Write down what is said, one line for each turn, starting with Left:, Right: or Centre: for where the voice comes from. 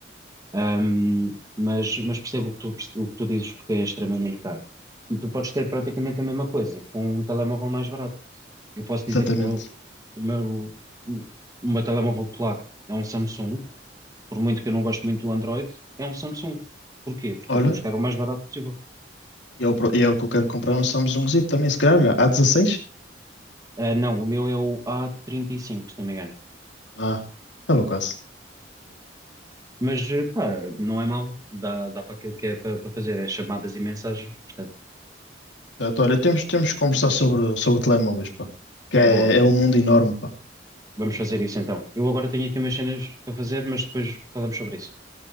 Right: Ahm, mas, mas percebo o que tu, o que tu dizes porque é extremamente caro. E tu podes ter praticamente a mesma coisa com um telemóvel mais barato. Eu posso dizer
Left: exatamente.
Right: que o meu, o meu, o meu telemóvel polaco é um Samsung. Por muito que eu não goste muito do Android, é um Samsung. Porquê? Porque
Left: Olha,
Right: eu fui buscar o mais barato possível.
Left: e é o pro- e é o que eu quero comprar um Samsungzito também, se calhar. Olha, a dezasseis
Right: Ah, não, o meu é o A35, se não me engano.
Left: Ah, estava quase.
Right: Mas eh, pá, não é mau, dá, dá para aquilo que é para para fazer, é chamadas e mensagens, portanto,
Left: Portanto, olha, temos, temos que conversar sobre, sobre telemóveis, pá. Que é,
Right: boa,
Left: é um mundo enorme, pá.
Right: vamos fazer isso então. Eu agora tenho aqui umas cenas para fazer, mas depois falamos sobre isso.